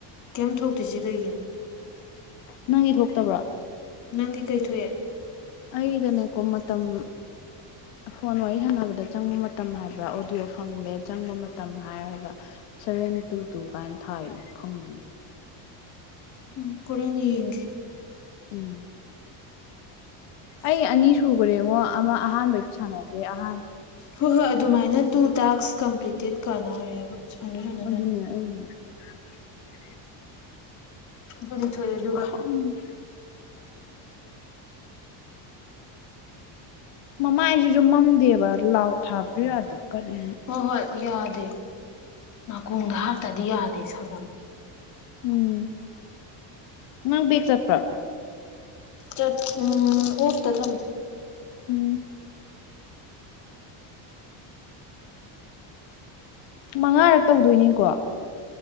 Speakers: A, on the left; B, on the left.
A: ꯀꯦꯝꯊꯣꯛ ꯀ ꯆ ꯀꯩꯒꯤꯅꯣ
B: ꯅꯪꯒꯤ ꯊꯣꯛꯇꯕ꯭ꯔꯣ
A: ꯅꯪꯒꯤ ꯀꯩꯊꯑꯦ
B: ꯑꯩꯗꯅꯦꯀꯣ ꯃꯇꯝ ꯐꯣꯟ ꯋꯥꯔꯤ ꯁꯥꯟꯅꯕꯗ ꯆꯪꯕ ꯃꯇꯝ ꯍꯥꯏꯕ꯭ꯔꯥ ꯑꯣꯗꯤꯌꯣ ꯐꯪꯂꯦ ꯆꯪꯕ ꯃꯇꯝ ꯍꯥꯏꯔꯒ ꯁꯚꯦꯟ ꯇꯨ ꯇꯨ ꯀꯥꯏꯅ ꯊꯥꯏ ꯈꯪꯗ
A: ꯎꯝ ꯍꯣꯔꯦꯟ ꯌꯦꯡꯒꯦ
B: ꯎꯝ ꯑꯩ ꯑꯅꯤ ꯁꯨꯈꯨꯔꯦꯉꯣ ꯑꯃ ꯑꯍꯥꯟꯕꯩꯗꯤ ꯁꯥꯟꯅꯗꯦ ꯑꯍ
A: ꯍꯣꯏ ꯍꯣꯏ ꯑꯗꯨꯃꯥꯏꯅ ꯇꯨ ꯇꯥꯛꯁ ꯀꯝꯄ꯭ꯂꯤꯇꯦꯠ ꯀꯩꯅꯣ ꯑꯣꯏꯔꯦꯕ ꯁꯥꯟꯅ ꯁꯥꯟꯅꯗꯅ
B: ꯑꯗꯨꯅꯦ <unintelligible>
A: ꯑꯗꯨꯗꯤ ꯊꯣꯛꯑꯦ ꯑꯗꯨꯒ
B: ꯈꯪꯗꯦ ꯃꯃꯥꯏꯁꯤꯁꯨ ꯃꯝꯗꯦꯕ ꯂꯥꯎ ꯊꯥꯕꯁꯨ ꯌꯥꯗꯦ ꯀꯔꯤ
A: ꯍꯣꯏ ꯍꯣꯏ ꯌꯥꯗꯦ ꯅꯥꯀꯣꯡꯗ ꯍꯥꯇꯗꯤ ꯌꯥꯗꯦ ꯁꯥꯟꯅꯕ
B: ꯎꯝ ꯃꯥꯪ ꯆꯠꯄ꯭ꯔ
A: ꯆꯠ ꯎꯝ ꯑꯣ ꯇꯊꯝ
B: ꯎꯝ ꯃꯉꯥꯔꯛ ꯇꯧꯗꯣꯏꯅꯤꯀꯣ